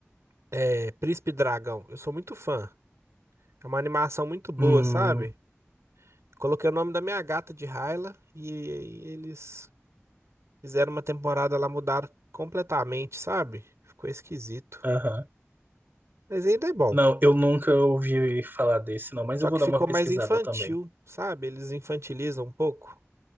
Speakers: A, on the right; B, on the right.
A: é, Príncipe Dragão. Eu sou muito fã. É uma animação muito boa,
B: Hum,
A: sabe? Coloquei o nome da minha gata de Hyla e, e eles fizeram uma temporada lá, mudaram completamente, sabe? Ficou esquisito.
B: aham.
A: Mas ainda é bom.
B: Não, eu nunca ouvi falar desse, não, mas
A: Só
B: eu vou
A: que
B: dar
A: ficou
B: uma
A: mais
B: pesquisada
A: infantil,
B: também.
A: sabe? Eles infantilizam um pouco